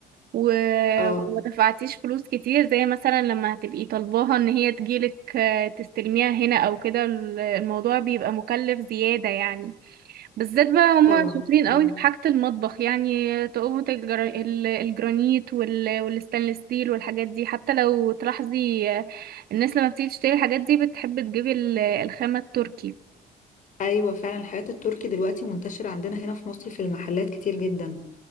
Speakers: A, on the right; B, on the left.
A: و...
B: اه
A: وما دفعتيش فلوس كتير زي مثلا لما هتبقي طالباها ان هي تجيلك آه، تستلميها هنا او كده ال- الموضوع بيبقى مكلف زياده يعني بالذات بقى هما
B: طبعا
A: شاطرين
B: اه
A: قوي في حاجة المطبخ يعني تقومة الجر... ال- الجرانيت وال... والستانلس ستيل والحاجات دي حتى لو تلاحظي آه، الناس لما بتيجي تشتري الحاجات دي بتحب تجيب ال- الخامة التركي
B: ايوه فعلا الحاجات التركي دلوقتي منتشرة عندنا هنا في مصر في المحلات كتير جدا